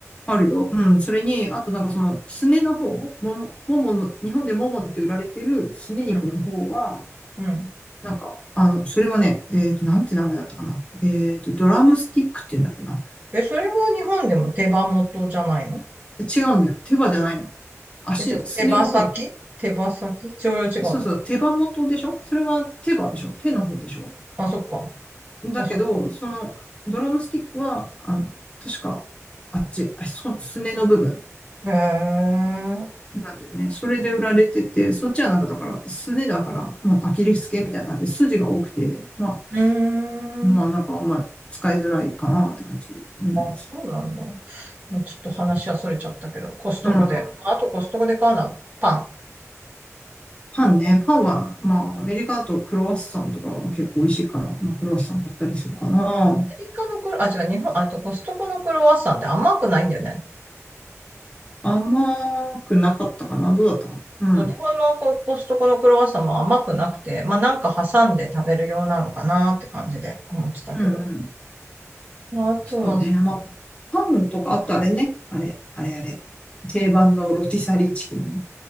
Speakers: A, on the left; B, on the right.
A: あるよ。うん。それに、あとなんかその、すねの方、もも、ももの、日本でももって売られてるすね肉の方は、
B: うん、うん。
A: なんか、あの、それはね、えっと、なんて名前だったかな。えっと、ドラムスティックって言うんだっけな。
B: え、それは日本でも手羽元じゃないの
A: 違うんだよ。手羽じゃないの。足、
B: え、じゃあ手羽先手羽先調用違うの
A: すねの方。そうそう、手羽元でしょそれは手羽でしょ手の方でしょ
B: あ、そっか。
A: だけど、
B: あ、そっか。
A: そのドラムスティックは、あの、確か、じ、あそ、すねの部分
B: へえ。
A: なんだよね。それで売られてて、そっちはなんかだから、すねだから、まあ、アキレス腱みたいな感じで筋が多くて、ま
B: うー
A: あ、まあなんかあんま使いづらいかなって感じのやつ。
B: ん。そうなんだ。もうちょっと話はそれちゃったけど、コストコで。
A: うん。
B: まあ、あとコストコで買うのはパン。
A: パンね。パンは、
B: うん
A: まあ、アメリカだとクロワッサンとかは結構美味しいから、まあ、クロワッサン買ったりするかな。
B: アメリカのクロ、あ、違う、日本、あとコストコのクロワッサンって甘くないんだよね。
A: 甘くなかったかなどうだったかなうん。
B: そう日本のこうコストコのクロワッサンも甘くなくて、まあなんか挟んで食べるようなのかなって感じで思ってたけど。
A: うんうん。
B: まあ、あとは、
A: そうね。まあ、パンとか、あとあれね。あれ、あれあれ。定番のロティサリーチキンね。